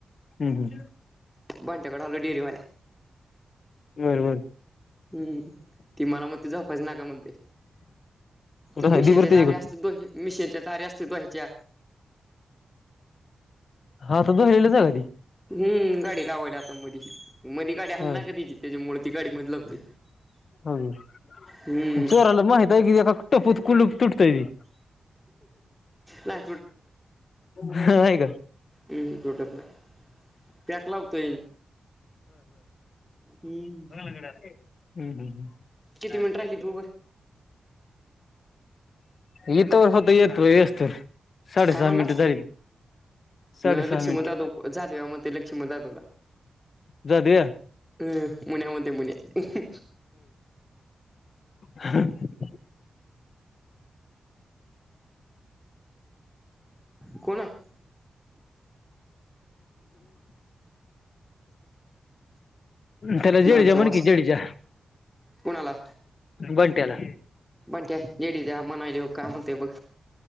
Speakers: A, on the left; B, in the centre.
A: हम् हम्
B: बंट्याकडे आलो डेअरीवाले
A: बरं बर
B: हम्म ती मला म्हणते झोपायच नाही का म्हणते?
A: कुठं
B: तर
A: आहे
B: मिशीनचे
A: दिबर त्याच्याकडे
B: जार्या असतात बघ, मिशीनच्या सारे अस्तित् व्हायच्या
A: हा त तो हल्लीचा गाडी
B: हम्म गाडी लावायली आता मधी. मधी गाडी हल
A: होय
B: ना का त्याची त्याच्यामुळे गाडी मध्ये लावतोय
A: हम्
B: हम्म
A: चोराला माहित हाय की टपुक कुलप तुटतय.
B: नाही
A: होय
B: हम् तुटत नाही, पॅक लावतोय. हम्म
A: हम्म हम्म
B: किती
A: हम्
B: मिनिट राहिली तू उभं
A: येतो, होतो येत. तू येच तर. साडेसहा
B: काय म्हणला
A: मिनिटं झाली ती. साडेसहा
B: लक्ष्मण
A: मिनिट
B: जाधव, जाधव्या म्हणताय लक्ष्मण जाधवला.
A: जाऊया
B: हम् मुन्या म्हणताय मुन्या.
A: ह ह
B: <inaudible> कोण आहे
A: तेला जडेजा
B: दारूच्या
A: म्हणकी
B: वासात
A: जडेजा.
B: कोणाला
A: बंट्याला
B: बंट्या जडेजा म्हणू राहिलो काय म्हणतोय बघ